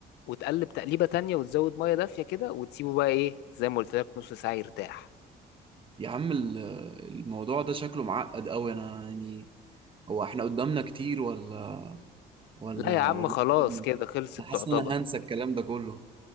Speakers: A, on the left (about 80°); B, on the right (about 30°).
A: وتقلب تقليبة تانية وتزود مية دافية كده وتسيبه بقى ايه زي ما قلت لك نص ساعة يرتاح
B: يا عم ال- الموضوع ده شكله معقد قوي انا يعني هو احنا قدامنا كتير ولا ولا
A: لا يا عم
B: ولا
A: خلاص
B: قربنا؟
A: كده خلصت
B: انا حاسس
A: تعتبر
B: ان انا هنسى الكلام ده كله